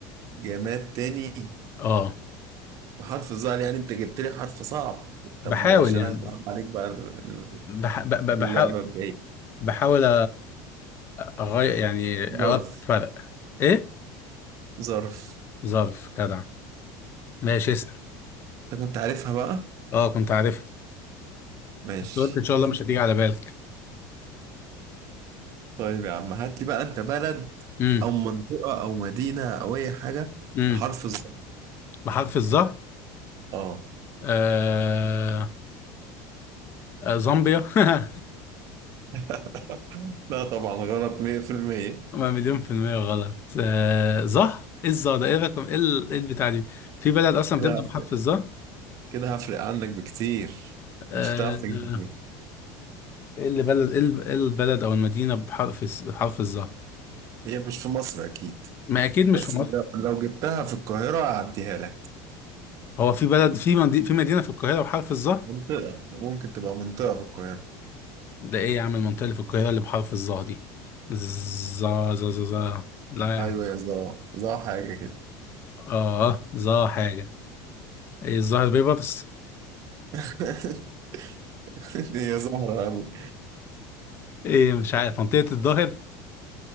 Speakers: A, on the right; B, on the left.
A: جماد تاني
B: اه
A: بحرف الظهر يعني انت جبت لي حرف صعب
B: بحاول
A: طب ماشي
B: يعني
A: انا هصعب عليك بقى ال-
B: بح... ب... ب...
A: اللعبة
B: بحاول
A: الجاية
B: بحاول أ- اغير يعني
A: ظرف
B: ارد فرق ايه
A: ظرف
B: ظرف جدع ماشي اسال
A: انت كنت عارفها بقى
B: اه كنت عارفها
A: ماشي
B: بس قلت ان شاء الله مش هتيجي على بالك
A: طيب يا عم هات لي بقى انت بلد
B: امم
A: او منطقة او مدينة او اي حاجة
B: امم
A: بحرف الظا
B: بحرف الظهر
A: اه
B: آه... آه، زامبيا <laughs>
A: <laughs> لا طبعا غلط 100%
B: ما مليون في المية غلط آه ظه ايه الظه ده ايه الرقم ايه ال- إيه البتاع دي في بلد اصلا
A: كده
B: بتبدأ
A: هفرق
B: بحرف الظه
A: كده هفرق عنك بكتير
B: آه
A: مش هتعرف تجيبني
B: ايه اللي بلد ايه ال- إيه البلد او المدينة بحرف الس- حرف الظه
A: هي مش في مصر اكيد
B: ما اكيد مش
A: بس
B: في مصر
A: لو لو جبتها في القاهرة هعديها لك
B: هو في بلد في مدي... في مدينة في القاهرة بحرف الظه
A: منطقة ممكن تبقى منطقة في القاهرة
B: ده ايه يا عم المنطقة اللي في القاهرة اللي بحرف الظه دي ظا ظا ظا ظا لا يا عم
A: ايوه يا زهرة زهرة حاجة كده
B: اه ظا حاجة ايه الظاهر بيبرس
A: <laughs> هي زهرة أوي
B: ايه مش عارف منطقة الظاهر